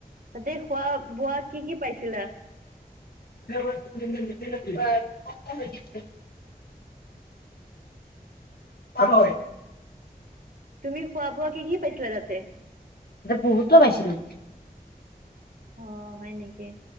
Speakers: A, on the right; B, on the left.
A: তাতে খোৱা বোৱা কি কি পাইছিলা?
B: <unintelligible> হয়।
A: তুমি খোৱা বোৱা কি কি পাইছিলা তাতে?
B: এয়া বহুতো পাইছিলো।
A: অ হয় নেকি,